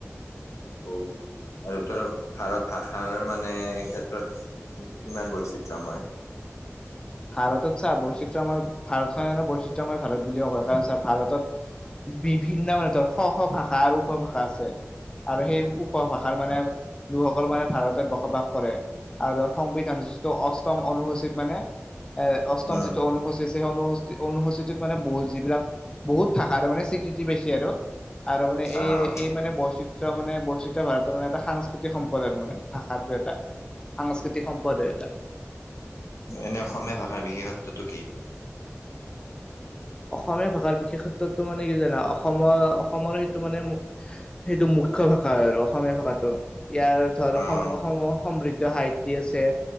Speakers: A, on the left; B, on the left.
A: অ' আৰু উত্তৰ ভাৰত ভাষাৰ মানে ক্ষেত্ৰত কিমান বৈচিত্ৰ মই।
B: ভাৰতত ছাৰ বৈচিত্ৰ্যময় ভাৰত খনেটো বৈচিত্ৰ্যময় ভাৰত বুলিওঁ কয়, কাৰণ ছাৰ ভাৰতত বিভিন্ন মানে ধৰ শ, শ ভাষা আৰু উপভাষা আছে। আৰু সেই উপভাষাৰ মানে লোকসকল মানে ভাৰতত বসবাস কৰে। আৰু সংবিধান যিটো অষ্টম অনুসূচিত মানে এ অষ্টম
A: উম,
B: যিটো অনুসূচী আছে, সেই অনুস-অনুসূচীটোত মানে বহুত যিবিলাক বহুত ভাষাৰে মানে স্বী কৃতি পাইছে আৰু, আৰু মানে এই,
A: অ'
B: এই মানে বৈচিত্ৰ ত্ৰ্য মানে বৈচিত্ৰ্য ভাৰতৰ মানে এটা সাংস্কৃতিক সম্পদ আৰু মানে ভাষাটো এটা। সাংস্কৃতিক সম্পদ হয় এটা।
A: এনে অসমীয়া ভাষাৰ বিশেষত্বটো কি?
B: অসমীয়া ভাষাৰ বিশেষত্বো মানে কি জানা, অসমৰ অসমৰ সেইটো মানে মু সেইটো মুখ্য ভাষা হয় আৰু‌ অসমীয়া ভাষাটো, ইয়াৰ ধৰ
A: অ'
B: সম-অসম মৰ সমৃদ্ধ সাহিত্যিক আছে।